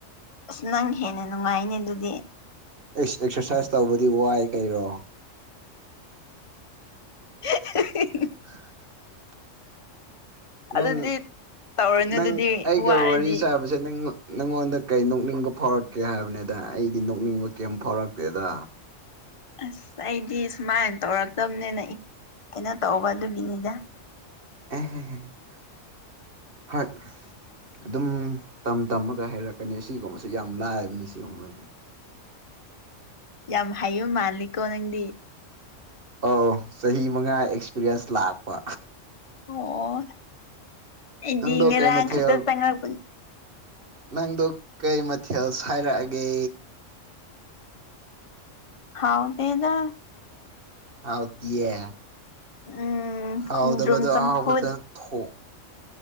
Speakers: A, on the left; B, on the right.
A: ꯑꯁ ꯅꯪ ꯍꯦꯟꯅ ꯅꯨꯡꯉꯥꯏꯅꯦ ꯑꯗꯨꯗꯤ
B: ꯑꯩꯁ ꯑꯦꯛꯁꯔꯁꯥꯏꯁ ꯇꯧꯕꯗꯤ ꯋꯥꯏ ꯀꯩꯅꯣ
A: <unintelligible>
B: <inaudible> ꯅꯪ
A: ꯑꯗꯨꯗꯤ ꯇꯧꯔꯅꯨ
B: ꯅꯪ
A: ꯑꯗꯨꯗꯤ
B: ꯑꯩꯒ
A: ꯋꯥꯔꯗꯤ
B: ꯋꯥꯔꯤ ꯁꯥꯕꯁꯦ ꯁꯦ ꯅꯪꯃꯛ ꯅꯦꯉꯣꯟꯗ ꯀꯩ ꯅꯣꯛꯅꯤꯡꯕ ꯐꯥꯎꯔꯛꯀꯦ ꯍꯥꯏꯕꯅꯦꯗ ꯑꯩꯗꯤ ꯅꯣꯛꯅꯤꯡꯕ ꯀꯩꯝ ꯐꯥꯎꯔꯛꯇꯦꯗ
A: ꯑꯁ ꯑꯩꯗꯤ ꯁꯨꯃꯥꯏꯅ ꯇꯧꯔꯛꯇꯕꯅꯤꯅ ꯀꯩꯅꯣ ꯇꯧꯕ ꯑꯗꯨꯒꯤꯅꯤꯗ
B: ꯎ ꯍ <unintelligible> ꯍ <unintelligible> ꯑꯗꯨꯝ ꯇꯝ ꯇꯝꯃꯒ ꯍꯩꯔꯛꯀꯅꯤ ꯑꯁꯤꯒꯨꯝꯕꯁꯦ ꯌꯥꯝ ꯂꯥꯏꯕꯅꯦ ꯁꯤꯒꯨꯝꯕꯗꯤ
A: ꯌꯥꯝ ꯍꯥꯏꯌꯨꯝ ꯃꯥꯜꯂꯤꯀꯣ ꯅꯪꯗꯤ
B: ꯑꯧ ꯆꯍꯤ ꯃꯉꯥ ꯑꯦꯛꯁꯄꯤꯔꯤꯌꯦꯟꯁ ꯂꯥꯛꯄ
A: ꯑꯣ ꯑꯩꯗꯤ
B: ꯅꯪꯗꯣ
A: ꯉꯔꯥꯡ
B: ꯀꯩ ꯃꯊꯦꯜ
A: ꯈꯛꯇ ꯆꯉꯛꯄ
B: ꯅꯪꯗꯣ ꯀꯩ ꯃꯊꯦꯜ ꯁꯥꯏꯔꯛꯑꯒꯦ
A: ꯍꯥꯎꯇꯦꯗ
B: ꯍꯥꯎꯇꯤꯌꯦ
A: ꯎꯝ
B: ꯍꯥꯎꯗꯕꯗꯣ
A: ꯈꯣꯡꯗ꯭ꯔꯨꯝ ꯆꯝꯐꯨꯠ
B: ꯑꯍꯥꯎꯕꯇ ꯊꯣꯛ